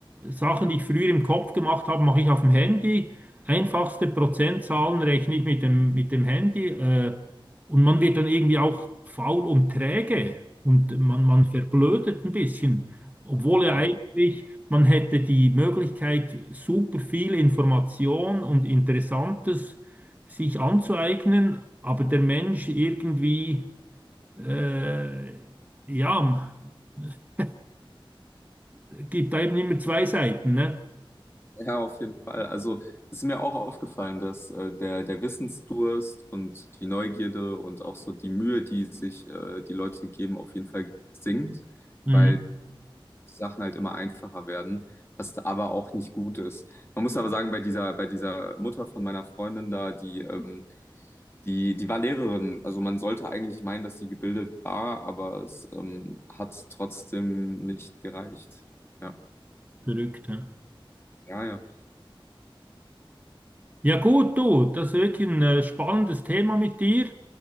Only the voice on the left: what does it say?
ja,
ja, auf jeden Fall. Also es ist mir auch aufgefallen, dass äh, der, der Wissensdurst und die Neugierde und auch so die Mühe, die sich äh, die Leute geben, auf jeden Fall sinkt,
weil Sachen halt immer einfacher werden, was aber auch nicht gut ist. Man muss aber sagen, bei dieser, bei dieser Mutter von meiner Freundin da, die ähm, Die, die war Lehrerin, also man sollte eigentlich meinen, dass sie gebildet war, aber es ähm, hat trotzdem nicht gereicht. Ja,
ja, ja.